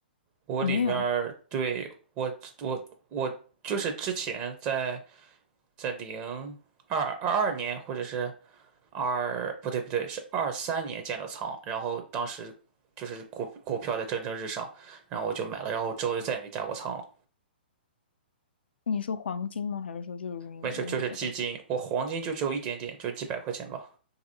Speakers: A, on the right; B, on the left.
A: 我里面儿对我我我就是之前在
B: 没有？
A: 在零二二二年或者是二不对不对是二三年建的仓，然后当时就是股股票在蒸蒸日上，然后我就买了，然后之后就再也没加过仓了。
B: 你说黄金吗？还是说就是你的那些股票？
A: 没事，就是基金，我黄金就只有一点点，就几百块钱吧。